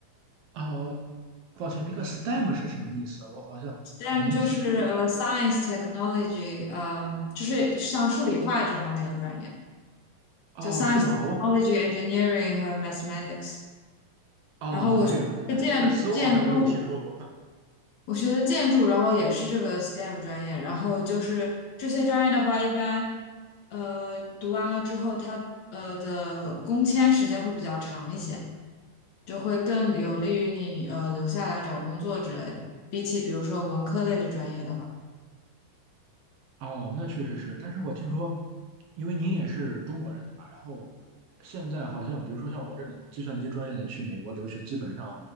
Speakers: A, on the right (about 80°); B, on the left (about 70°).
A: 哦，抱歉，这个 STEM 是什么意思？我好像好像没听过。
B: STEM 就是呃 Science Technology，嗯、就是像数理化这方面的专业，
A: 哦，
B: 就 Science
A: 是吗？
B: Technology
A: 我
B: Engineering 和 Mathematics。
A: 哦这样的，
B: 然后我是建建筑。
A: 但是这个词我好像没有听说过。
B: 我学的建筑，然后也是这个 STEM 专业，然后就是这些专业的话，一般呃读完了之后，它呃的工签时间会比较长一些，就会更有利于你呃留下来找工作之类的，比起比如说文科类的专业的话。
A: 哦，那确实是，但是我听说，因为您也是中国人对吧？然后现在好像，比如说像我这种计算机专业的去美国留学，基本上